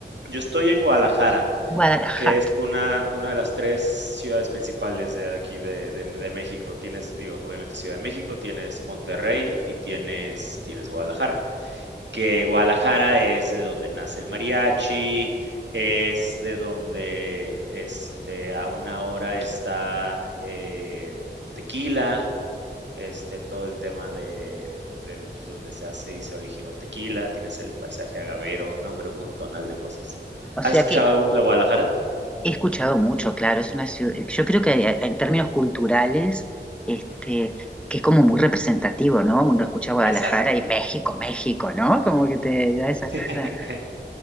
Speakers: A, on the right (about 75°); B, in the centre.
A: Yo estoy en Guadalajara,
B: Guadalajara.
A: que es una una de las 3 ciudades principales de aquí de de de México. Tienes, digo, obviamente Ciudad de México, tienes Monterrey y tienes tienes Guadalajara, que Guadalajara es de donde nace el mariachi, es de donde, este, a una hora está, eh, Tequila este, todo el tema de, de, pues, donde se hace y se originó el tequila, tienes el paisaje agavero, no, hombre, un montonal de cosas.
B: O sea
A: ¿Has escuchado
B: que
A: de Guadalajara?
B: he escuchado mucho, claro, es una ciudad, yo creo que a- en términos culturales, este,
A: Ujú,
B: que es como muy representativo, ¿no? Uno escucha Guadalajara
A: exacto.
B: y México, México, ¿no? Como que te da esa... cosa.
A: <laughs>